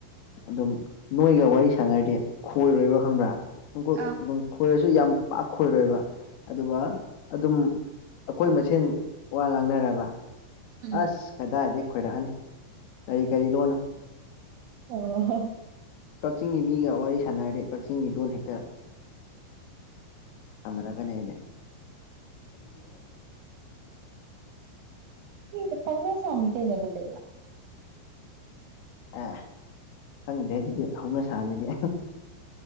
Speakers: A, on the left; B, on the right.
A: ꯑꯗꯨꯝ ꯅꯣꯏꯒ ꯋꯥꯔꯤ ꯁꯥꯟꯅꯔꯗꯤ ꯈꯣꯏꯔꯣꯏꯕ ꯈꯪꯕ꯭ꯔꯥ ꯁꯨꯝ
B: ꯑꯥ
A: ꯑꯗꯨꯝ ꯈꯣꯏꯔ ꯁꯨ ꯌꯥꯝ ꯄꯥꯛꯈꯣꯏꯔꯣꯏꯕ ꯑꯗꯨꯒ ꯑꯗꯨꯝ ꯑꯩꯈꯣꯏ ꯃꯁꯦꯟ ꯋꯥ ꯉꯥꯡꯅꯔꯕ
B: ꯎꯝ
A: ꯑꯁ ꯀꯗꯥꯏꯗꯒꯤ ꯈꯣꯏꯔꯛꯑꯅꯤ ꯀꯔꯤ ꯀꯔꯤ ꯂꯣꯟꯅꯣ
B: ꯑꯣ
A: ꯀꯛꯆꯤꯡꯒꯤ ꯃꯤꯒ ꯋꯥꯔꯤ ꯁꯥꯟꯅꯔꯔꯦ ꯀꯛꯆꯤꯡꯒꯤ ꯂꯣꯟ ꯍꯦꯛꯇ ꯆꯟ꯭ꯔ ꯀꯅꯦꯩꯅ
B: <inaudible> ꯐꯪꯉ ꯁꯃꯤ ꯀꯦꯩꯅ ꯑꯗꯨꯗ
A: ꯑꯦ ꯈꯪꯗ꯭ꯔꯦ ꯑꯗꯨꯗꯤ ꯍꯧꯅ ꯁꯥꯟꯅꯗꯤ